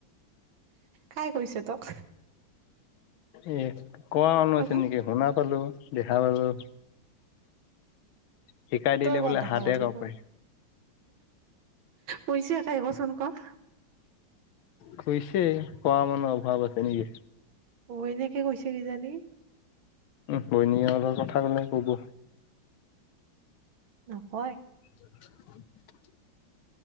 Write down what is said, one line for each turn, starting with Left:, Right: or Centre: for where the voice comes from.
Right: কাই কৈছে তক
Left: এ কোৱা মানুহ
Right: কচোন
Left: আছে নেকি শুনা পালো দেখা পালো শিকাই দিলে
Right: তই ক'ত
Left: বোলে
Right: দেখা
Left: হাতে
Right: পাবি
Left: কাঁপে
Right: ক পইচে আহিবচোন কোৱা
Left: কুইছে কোৱা মানুহ অভাৱ আছে নেকি
Right: অ এনেকে কৈছে কিজানি
Left: উ বৈনীয়েৰ কথা কলে কব।
Right: নকয়
Left: <inaudible>